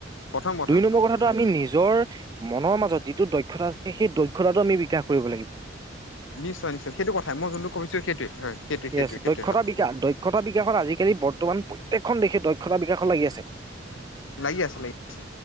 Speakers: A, on the left; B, on the right.
A: প্ৰথম কথা
B: দুই
A: প্ৰথম
B: নম্বৰ কথাটো
A: কথা হয়
B: আমি নিজৰ মনৰ মাজত যিটো দক্ষতা আছে সেই দক্ষতাটো আমি বিকাশ কৰিব লাগিব।
A: নিশ্চয় নিশ্চয় সেইটো কথাই। মই যোনটো কৈছো সেইটোৱে হয়। সেইটোৱে
B: <unintelligible>
A: সেইটোৱে সেইটোৱে
B: দক্ষতা
A: হয়
B: বিকাশ দক্ষতা বিকাশত আজিকালি বৰ্তমান প্ৰত্যেকখন দেশে দক্ষতা বিকাশত লাগি আছে।
A: লাগে আছে-লাগি আছে।